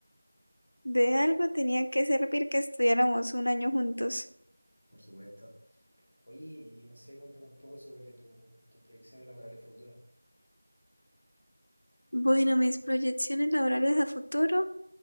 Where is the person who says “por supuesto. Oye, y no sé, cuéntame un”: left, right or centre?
Centre